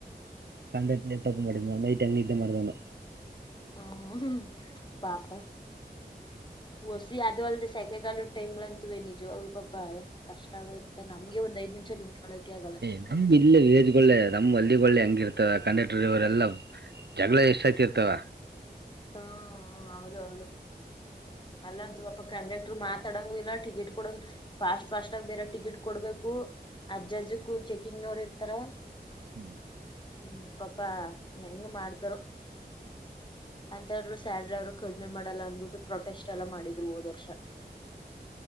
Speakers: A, on the right; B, on the left.
A: ಸಂಡೇ ಎಪ್ಪಪ್ಪ ಮಾಡಡ ನೈಟ್ ಅಂಗ ಮತಣ
B: ಹ್ಮ ಪಾಪ ಹೊಸಿ ಅದು ಅಲ್ದೆ ಸೆಕೆಗಾಲ ಟೈಮ್ ಅಂತುವೇ ನಿಜು ಅವ್ ಪಾಪ ಕಷ್ಟ ಆಗೋಯ್ತ ನಮಗೆ ಒಂದ ಐ್ಮಷ ನಿಂತ ಕ್ಕೆ
A: ಏ್ ನಮ್ ಇಲ್ಲೇ ವಿಲೇಜ್ಗಳೆ ನಮ್ ಅಲ್ಲಿಗೆ ಹೆಂಗಿರ್ತದ ಕಂಡಕ್ಟರ್ ಇವರೆಲ್ಲ ಜಗಳ ಎಷ್ಟಾಯ್ತಿರ್ತವ
B: ಹ್ಮ ಹೌದ ಹೌದು ಅಲ್ಲಂತ ಪಪ ಕಂಡಕ್ಟರ್ ಮಾತಾಡಂಗ ಇಲ್ಲ ಟಿಕೆಟ್ ಕೊಡಂಗ ಫಾಸ್ಟ್ ಫಾಸ್ಟ್ ಆಗ ಬೇರೆ ಟಿಕೆಟ್ ಕೊಡ್ಬೇಕು ಅಜ್ಜ ಅಜ್ಜ ಕೂ ಚೆಕಿಂಗ್ ನೋಡ್ ಇರ್ತಾರ
A: ಹ್ಮ್
B: ಹ್ಮ್ ಪಾಪಾ ಹೆಂಗ ಮಾಡ್ತಾರ ಅಂತ್ೂ ಸ್ಯಾ ಡ್ರೈವರ್ ಕಡಿಮೆ ಮಾಡಲ್ಲ ಅಂದ್ಬಿಟ್ಟು ಪ್ರೊಟೆಸ್ಟ್ ಎಲ್ಲ ಮಾಡಿದ್ರು ಹೋದ ವರ್ಷ